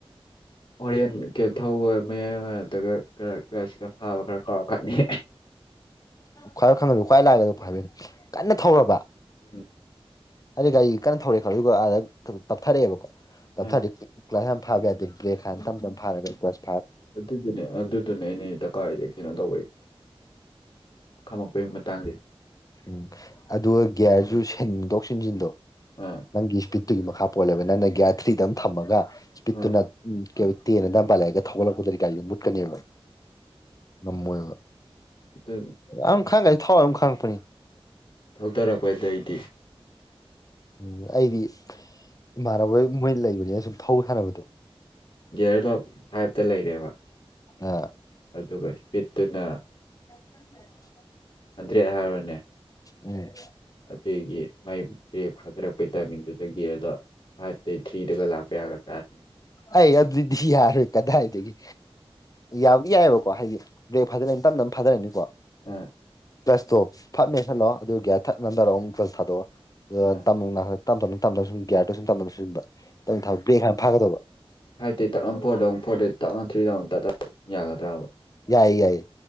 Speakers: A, on the left (about 55°); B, on the left (about 35°).
A: ꯑꯣꯔꯦꯟ ꯀꯦ ꯊꯧꯕ ꯃꯌꯥꯏ ꯑꯣꯏꯔ ꯅꯠꯇ꯭ꯔꯒ ꯀ ꯐꯥꯕ ꯈꯔ ꯀꯥꯎꯔꯀꯅꯤ
B: ꯈ ꯈꯪꯕ ꯈ꯭ꯋꯥꯏ ꯂꯥꯛꯒꯗ ꯍꯥꯏꯕꯅꯤ ꯀꯟꯅ ꯊꯧꯔꯕ
A: ꯎꯝ
B: ꯑꯗꯨ ꯒꯥꯔꯤ ꯀꯟꯅ ꯊꯧꯔꯛꯑꯦ ꯈ ꯑꯗꯨꯒ ꯑꯥꯗ ꯇꯞꯊꯔꯛꯑꯦꯕꯀꯣ ꯇꯞꯊ
A: ꯑꯥ
B: ꯀ꯭ꯂꯥꯁ ꯌꯥꯝ ꯐꯥꯕ ꯌꯥꯗꯦ ꯄ꯭ꯂꯦ ꯈꯥꯏꯅ ꯇꯝ ꯇꯅ ꯐꯥꯔꯒꯗꯤ ꯀ꯭ꯂꯥꯁ
A: ꯑꯗꯨꯗꯨꯅꯦ ꯑꯗꯨꯗꯨꯅꯦ ꯑꯩꯅ ꯗꯀꯥꯔꯁꯦ ꯀꯩꯅꯣ ꯇꯧꯕꯩ ꯈꯝꯃꯛꯄꯩꯒꯤ ꯃꯇꯥꯡꯁꯦ
B: ꯎꯝ ꯑꯗꯨꯒ ꯒꯤꯌꯥꯔꯁꯨ ꯁꯦꯡꯗꯣꯛ ꯁꯤꯟꯖꯤꯟꯗꯣ
A: ꯑꯥ
B: ꯅꯪꯒꯤ ꯏꯁꯄꯤꯠ ꯑꯗꯨꯒꯤ ꯃꯈꯥ ꯄꯣꯜꯂꯦꯕ ꯅꯪꯅ ꯒ꯭ꯌꯥꯔ ꯊ꯭ꯔꯤꯗ ꯑꯃ ꯊꯝꯃꯒ ꯏꯁꯄꯤꯠꯇꯨꯅ
A: ꯑꯥ
B: ꯇꯦꯅ ꯑꯗꯨꯝ ꯄꯥꯜꯂꯛꯑꯒ ꯊꯧꯒꯠꯂꯛꯄꯗꯗꯤ ꯒꯥꯔꯤꯗꯣ ꯃꯨꯠꯀꯅꯦꯕ ꯉꯝꯃꯣꯏꯕ
A: ꯑꯗꯨ
B: ꯑ ꯈꯪꯉꯁꯤ ꯊꯥꯎꯋꯥꯏ ꯑꯃ ꯈꯪꯉꯛꯄꯅꯤ
A: ꯊꯧꯊꯔꯛꯄꯗꯩꯗꯤ
B: ꯎꯝ ꯑꯩꯗꯤ ꯏꯃꯥꯟꯅꯕ ꯃꯣꯏ ꯂꯩꯕꯅꯤꯅ ꯁꯨꯝ ꯊꯧ ꯁꯥꯟꯅꯕꯗꯣ
A: ꯒꯤꯒꯌꯔꯗꯣ ꯐꯥꯏꯚꯇ ꯂꯩꯔꯦꯕ
B: ꯑ
A: ꯑꯗꯨꯒ ꯄꯠꯇꯅ
B: <inaudible>
A: ꯍꯟꯇ꯭ꯔꯦꯠ ꯍꯥꯏꯔꯣꯏꯅꯦ
B: ꯎꯝ
A: ꯑꯗꯨꯒꯤ ꯃꯥꯏ ꯕ꯭ꯔꯦꯛ ꯍꯥꯏꯊꯔꯛꯄꯩ ꯇꯥꯏꯃꯤꯡꯗꯨꯗ ꯒꯤꯒꯌꯔꯗ ꯐꯥꯏꯚꯇꯩ ꯊ꯭ꯔꯤꯗꯒ ꯂꯥꯛꯄ ꯌꯥꯒꯗ꯭ꯔꯥ ꯑꯗꯨꯅꯤ
B: ꯑꯩ ꯑꯗꯨꯗꯤ ꯌꯥꯔꯣꯏ ꯀꯗꯥꯏꯗꯒꯤ ꯌꯥꯕꯗꯤ ꯌꯥꯏꯑꯕꯀꯣ ꯍꯥꯏꯗꯤ ꯕ꯭ꯔꯦꯛ ꯐꯥꯗꯔꯅꯤ ꯇꯞꯅꯞꯅ ꯐꯥꯗꯔꯅꯤꯀꯣ
A: ꯎꯝ
B: ꯄ꯭ꯂꯁꯇꯣ ꯐꯠꯃꯦ ꯈꯜꯂꯛꯑꯣ ꯑꯗꯨꯒꯤ ꯊꯠꯅꯟꯗꯔꯣ ꯑꯃꯨꯛ ꯄ꯭ꯂꯁ ꯊꯥꯗꯣꯛꯛꯑꯣ
A: ꯑꯥ
B: ꯑꯗꯨꯒ ꯇꯨ ꯇꯝ ꯇꯅ ꯇꯝꯅ ꯁꯨꯝ ꯌꯥꯔꯣ ꯁꯨꯝ ꯇꯝꯅ ꯁ ꯇ ꯕ꯭ꯔꯦꯛꯅ ꯐꯥꯒꯗꯕ
A: ꯐꯥꯏꯚꯇ ꯇꯞꯅ ꯐꯣꯔꯗꯧꯨ ꯐꯣꯔꯗ ꯇꯞꯅ ꯊ꯭ꯔꯤꯗ ꯑꯃꯨꯛ ꯇꯠꯂ ꯌꯥꯒꯗ꯭ꯔꯕ
B: ꯌꯥꯏꯌꯦ ꯌꯥꯏꯌꯦ